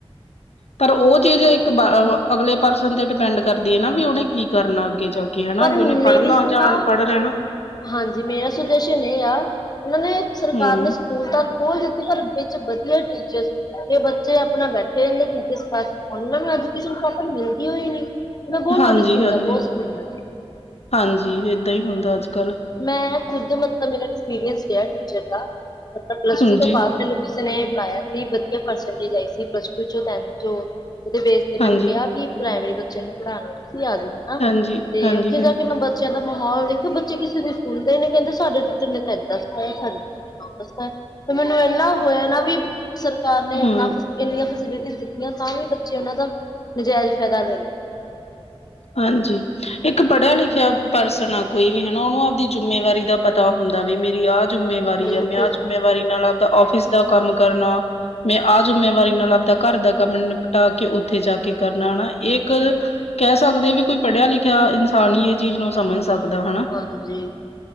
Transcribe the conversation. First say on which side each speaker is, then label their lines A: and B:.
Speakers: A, on the left; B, on the left.
A: ਪਰ ਓ ਚੀਜ਼ ਇੱਕ ਬਾ ਅ ਅਗਲੇ ਪਰਸਨ ਤੇ ਡਿਪੈਂਡ ਕਰਦੀ ਏ ਨਾ ਵੀ ਉਨੇ ਕੀ ਕਰਨਾ ਅੱਗੇ ਜਾ ਕੇ ਹਨਾ
B: ਪਰ
A: ਵੀ ਉਨੇ ਪੜਨਾ
B: ਮੇਰੀ ਸਲਾਹ
A: ਜਾਂ ਅਨਪੜ ਰੈਂਨਾ। <inaudible>
B: ਹਾਂਜੀ ਮੇਰਾ ਸੁਜੈਸ਼ਨ ਏ ਆ ਉਨਾਂ ਨੇ ਸਰਕਾਰ
A: ਹਮ
B: ਨੇ ਸ ਕੂਲ ਤਾਂ ਖੋਲ ਦਿੱਤੇ ਪਰ ਵਿੱਚ ਵਧੀਆ ਟੀਚਰਜ ਨੀ ਹੈਗੇ ਬੱ ਚੇ ਆਪਣਾ ਬੈਠੇ ਰੈਂਦੇ ਟੀਚਰਜ ਵਾਸਤੇ ਉਨਾਂ ਨੂੰ ਅੱਜ ਕਿਸੇ ਨੂੰ ਕੈਤਾ ਮਿਲਦੀ ਉਈ ਨੀ। ਮੈਂ ਬਹੁਤ
A: ਹਾਂਜੀ-ਹਾਂਜੀ,
B: ਨੋਟਿਸ ਕੀਤਾ ਬਹੁਤ ਸਕੂਲਾਂ
A: ਹਾਂਜੀ ਏਦਾਂ ਈ ਹੁੰਦਾ ਅੱਜ-ਕੱਲ।
B: ਮੈਂ ਖੁਦ ਮਤਲਬ ਮੇਰਾ ਐਕਸਪੀਰੀਅੰਸ ਰੇਆ ਟੀਚਰ ਦਾ ਮਤਲਬ ਪਲੱਸ
A: ਹਾਂਜੀ
B: ਟੂ ਤੋਂ ਬਾਅਦ ਮੈਨੂੰ ਕਿਸੇ ਨੇ ਬੁਲਾਇਆ ਸੀ ਵਧੀਆ ਪਰਸੈਂਟੇਜ ਆਈ ਸੀ ਪਲੱਸ ਟੂ ਚ, ਟੈਥ ਚੋਂ ਉਦੇ ਬੇਸ ਤੇ ਮੈਨੂੰ
A: ਹਾਂਜੀ
B: ਕੇਆ ਵੀ ਪ੍ਰਾਇਮਰੀ ਬੱਚੇ ਨੂੰ ਪੜਾਣਾ ਤੁਸੀਂ ਆਜੋ ਹਨਾ
A: ਹਾਂਜੀ
B: ਤੇ
A: ਹਾਂਜੀ
B: ਉੱਥੇ
A: ਹਾਂਜੀ
B: ਜਾ ਕੇ ਮੈਂ ਬੱ ਬੱਚਿਆਂ ਦਾ ਮਾਹੌਲ ਦੇਖੋ, ਬੱਚੇ ਕਿਸੇ ਦੀ ਸੁਣਦੇ ਹੀ ਨਹੀਂ, ਕਹਿੰਦੇ ਸਾਡੇ ਟੀਚਰ ਨੇ ਤਾਂ ਏਦਾਂ ਸਿਖਾਇਆ ਸਾਨੂੰ। ਦੱਸਦਾ ਤੇ ਮੈਨੂੰ ਇੰਨਾ ਹੋਇਆ ਨਾ ਵੀ ਸਰਕਾਰ ਨੇ ਇਨਾਂ
A: ਹਮ
B: ਇੰਨੀਆਂ ਫੈਸਿਲਿਟੀ ਦਿੱਤੀਆਂ, ਤਾਂ ਵੀ ਬੱਚੇ ਉਹਨਾਂ ਦਾ ਨਜਾਇਜ਼ ਫਾਇਦਾ ਲ
A: ਹਾਂਜੀ, ਇੱਕ ਪੜ੍ਹਿਆ ਲਿਖਿਆ ਪਰਸਨ ਆ ਕੋਈ ਵੀ ਹਨਾ, ਉਹਨੂੰ ਆਪਦੀ ਜਿੰਮੇਵਾਰੀ ਦਾ ਪਤਾ ਹੁੰਦਾ ਵੀ ਮੇਰੀ ਆਹ ਜਿੰਮੇਵਾਰੀ
B: ਬਿਲਕੁਲ
A: ਆ, ਮੈਂ ਆਹ ਜਿੰਮੇਵਾਰੀ ਨਾਲ ਆਪਦਾ ਆਫਿਸ ਦਾ ਕੰਮ ਕਰਨਾ ਮੈਂ ਆ ਜ਼ੁੰਮੇਵਾਰੀ ਨਾਲ ਆਪਦਾ ਘਰ ਦਾ ਕੰਮ ਨਿਪਟਾ ਕੇ ਉੱਥੇ ਜਾ ਕੇ ਕਰਨਾ ਆਣਾ, ਇਹ ਇੱਕ ਕਹਿ ਸਕਦੇ ਵੀ, ਕੋਈ ਪੜ੍ਹਿਆ ਲਿਖਿਆ ਇਨਸਾਨ ਹੀ ਇਹ ਚੀਜ਼ ਨੂੰ ਸਮਝ ਸਕਦਾ ਹਨਾ।
B: ਹਾਂਜੀ।